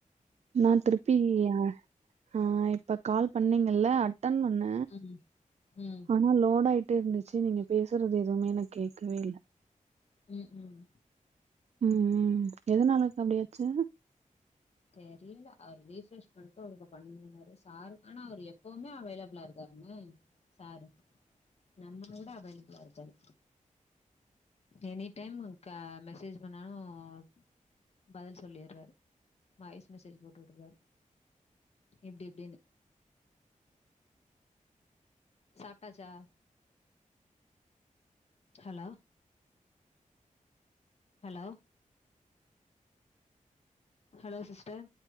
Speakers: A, on the right; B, on the left.
A: நா திருப்பி ஆ ஆ இப்ப கால் பண் ணிங்கல்ல அட்டன் பண்ண
B: ம் ம்
A: ஆனா லோடாயிட்டே இருந்துச்சு நீங்க பேசுறது எதுவுமே எனக் கேட்கவே இல்ல
B: ம் ம்
A: ம் ம் எதுனாலக்கா அப்டியாச்சு
B: தெரியில அவர் ரீஃப்ரெஷ் பண்ட்டு அவருக்கு பண்னுன்னாரு சாரு ஆனா அவரு எப்பவுமே அவைலபிளா இருக்காருன்னே சாரு நம்மள விட அவைலபிளா இருக்காரு எனி டைம் க மெசேஜ் பண்ணாலும் பதில் சொல்லிறாரு வாய்ஸ் மெசேஜு போட்டு வுட்ருகாரு இப்டி இப்டின்னு சாப்ட்டாச்சா ஹலோ ஹலோ ஹலோ சிஸ்டர்